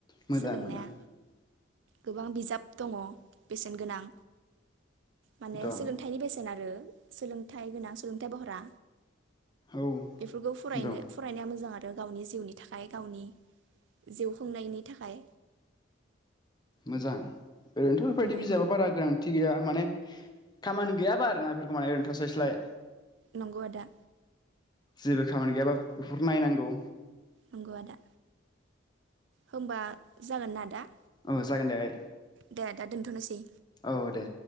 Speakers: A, on the left; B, on the right.
A: मोजां
B: सोलोंनाया
A: मोजां।
B: गोबां बिजाब दङ बेसेन गोनां माने
A: दं
B: सोलोंथाइनि बेसेना सोलोंथाइ गोनां सोलोंथाइ बहरा
A: औ
B: बेफोरखौ फरायनो
A: दं
B: फरायनाया मोजां आरो। आरो गावनि जिउनि थाखाय गावनि जिउ खुंनायनि थाखाय
A: मोजां। ओरैनोथ' बेफोरबायदि
B: नंगौ
A: बिजाबा बारा गोनांथि गैया माने खामानि गैयाबा आरोना बेफोरखौ माने ओरैनो थास्लायस्लाय
B: नंगौ आदा।
A: जेबो खामानि गैयाबा बेफोर नायनांगौ।
B: नंगौ आदा होमबा जागोन ना आदा।
A: औ जागोन दे आगै
B: दे आदा दोनथ'नोसै
A: औ दे।